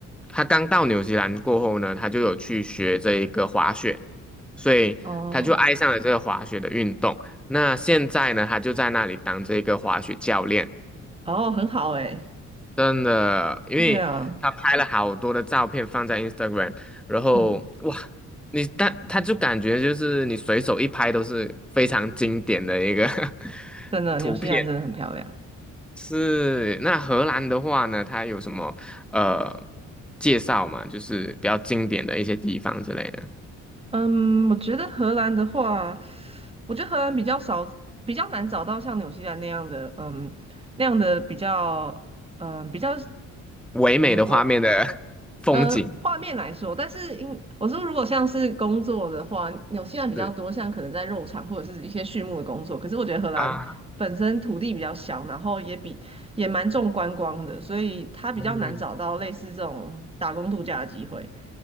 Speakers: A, in the centre; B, on the right.
A: 他刚到纽西兰过后呢，他就有去学这一个滑雪，所以他就爱上了这个滑雪的运动。
B: 哦，
A: 那现在呢，他就在那里当这个滑雪教练。
B: 哦，很好诶，
A: 真的，因为他拍了好多的照片放在
B: 对啊，
A: Instagram，然后哇，
B: 嗯，
A: 你但他就感觉就是你随手一拍都是非常经典的一个 <laughs>
B: 真的，
A: 图片。
B: 纽西兰真的很漂亮。
A: 是，那荷兰的话呢，它有什么呃介绍嘛？就是比较经典的一些地方之类的，
B: 嗯，我觉得荷兰的话，我觉得荷兰比较少，比较难找到像纽西兰那样的，嗯，那样的比较，嗯，比较
A: 唯美的画面的
B: 怎么说？
A: <laughs> 风景。
B: 呃，画面来说，但是因我说如果像是工作的话，纽西兰比较多，
A: 是
B: 像可能在肉场或者是一些畜牧的工作。可是我觉得荷兰本身土地比较小，
A: 啊，
B: 然后也比也蛮重观光的，所以它比较难找到类似这种打工度假的机会。
A: 嗯。